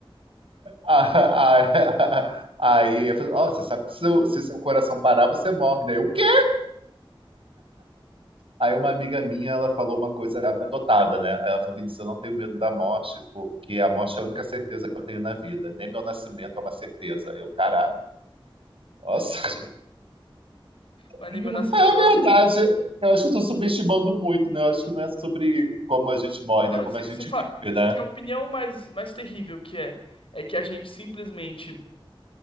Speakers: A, on the right; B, on the left.
A: Ah, ah, ah, Aí, eu falei, ó, você sabe que se, seu- se seu coração parar, você morre, né? Eu, o quê? Aí uma amiga minha, ela falou uma coisa, ela é adotada, né? Ela falou, Vinícius, eu não tenho medo da morte, porque a morte é a única certeza que eu tenho na vida. Nem meu nascimento é uma certeza. Eu, caralho, nossa. <laughs> É
B: Ali meu nascimento.
A: verdade.
B: ela-
A: Eu acho que eu tô subestimando muito, né? Eu acho que não é sobre como a gente morre, né?
B: Não,
A: É Como
B: se,
A: a gente
B: se, fa...
A: vive,
B: se
A: né?
B: a opinião mais, mais terrível que é, é que a gente simplesmente